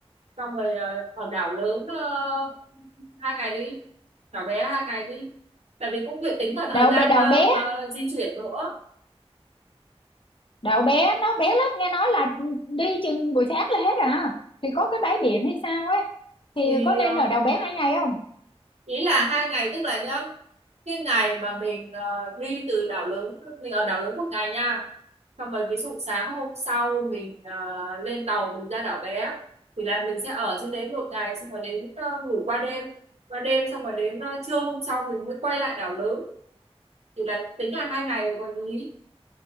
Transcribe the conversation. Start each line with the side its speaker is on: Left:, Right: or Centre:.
Right: xong rồi ờ, ở đảo lớn ờ, hai ngày đi đảo bé hai ngày đi tại vì cũng việc tính cả thời
Left: đậu
Right: gian
Left: bé đậu
Right: ờ,
Left: bé
Right: ờ, di chuyển nữa
Left: đậu bé nó bé lắm nghe nói là đi chừng buổi sáng là hết à thì có cái bãi biển hay sao ấy thì
Right: thì
Left: có nên
Right: ờ,
Left: ở đậu bé hai ngày không
Right: ý là hai ngày tức là nhá cái ngày mà mình ờ, đi từ đảo lớn mình ở đảo lớn một ngày nha xong rồi ví dụ sáng hôm sau mình ờ, lên tàu mình ra đảo bé thì là mình sẽ ở trên đấy một ngày xong rồi đến ờ, ngủ qua đêm qua đêm xong rồi đến ờ, trưa hôm sau mình mới quay lại đảo lớn thì là tính là hai ngày rồi còn gì